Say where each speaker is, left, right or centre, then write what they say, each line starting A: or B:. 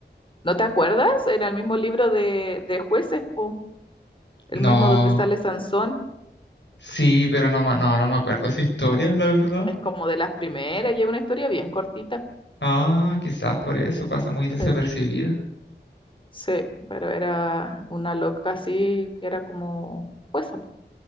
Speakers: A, on the left (about 25°); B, on the left (about 75°).
A: ¿No te acuerdas? Era el mismo libro de, de jueces, po. El
B: No,
A: mismo donde sale Sansón.
B: sí, pero no, ma- no, no me acuerdo esa historia, la verdad.
A: Es como de las primeras y es una historia bien cortita.
B: Ah, quizás por eso pasa muy desapercibida.
A: Sí, sí, pero era una loca así que era como jueza, po.